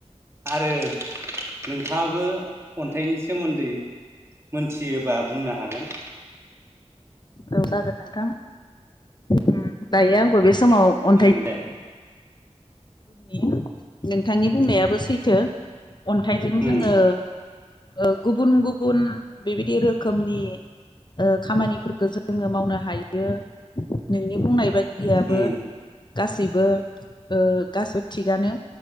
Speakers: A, on the right; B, on the left.
A: आरो नोंथाङाबो अन्थाइनि सोमोन्दै मोनथि फैयोबा बुंनो हागोन
B: औ जागोन नोंथां उम दायो आंबो बे समाव अन्थाइ
A: उम दे
B: <inaudible> नोंथांनि बुंनायाबो सैथो अन्थाइजों जोङो
A: उम
B: ओ गुबुन गुबुन बेबायदि रोखोमनि ओ खामानिफोरखौ जोङो मावनो हायो नोंनि बुंनाय बाय दियाबो
A: उम
B: गासैबो ओ गासिबो थिगानो